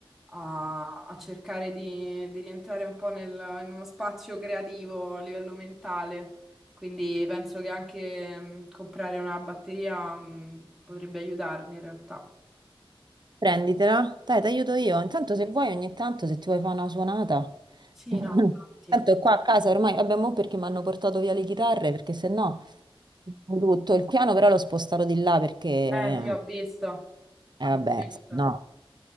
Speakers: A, in the centre; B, on the right.
A: a, a cercare di, di rientrare un po' nel- in uno spazio creativo a livello mentale. Quindi penso che anche mh, comprare una batteria mh, potrebbe aiutarmi in realtà.
B: Prenditela, dai, ti aiuto io. Intanto se vuoi ogni tanto, se ti vuoi fare una suonata.
A: Sì,
B: <laughs>
A: no, infatti.
B: Tanto qua a casa ormai, vabbè, mo perché mi hanno portato via le chitarre, perché se no, tutto il piano però l'ho spostato di là perché, eh,
A: Eh sì, ho visto,
B: vabbè,
A: ho visto.
B: no.